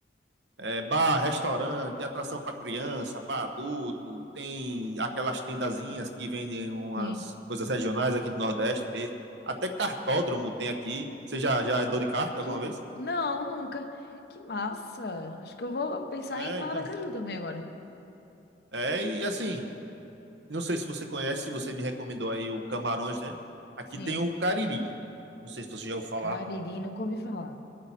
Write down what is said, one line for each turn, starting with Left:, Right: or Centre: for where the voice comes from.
Right: É, bar, restaurante, atração para criança, para adulto, tem aquelas tendazinhas que vendem umas
Left: Sim.
Right: coisas regionais aqui do Nordeste mesmo. Até cartódromo tem aqui. Você já, já andou de kart alguma
Left: Que-
Right: vez?
Left: Não, nunca. Que massa! Acho que eu vou pensar
Right: É,
Left: em Aracaju
Right: então.
Left: também agora.
Right: É, e assim, não sei se você conhece, você me recomendou aí o Camarões, né? Aqui
Left: Sim.
Right: tem o Cariri. Não sei se você já ouviu falar.
Left: Cariri, nunca ouvi falar.